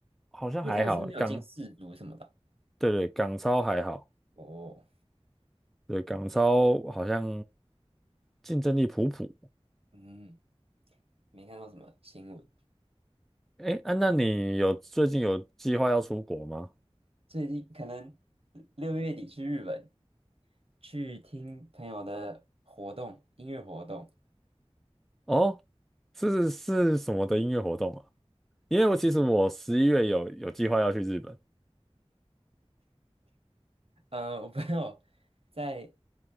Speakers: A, in the centre; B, on the right (about 60°).
A: 好像还好欸，
B: 因为他们是不是没有进世足什么的啊
A: 港对对港超还好，
B: 哦，
A: 对港超好像竞争力普普。
B: 嗯，没看到什么新闻。
A: 哎，啊，那你有最近有计划要出国吗？
B: 最近可能六月底去日本，去听朋友的活动，音乐活动。
A: 哦，是是什么的音乐活动啊？因为我其实我十一月有有计划要去日本。
B: 呃，我朋友在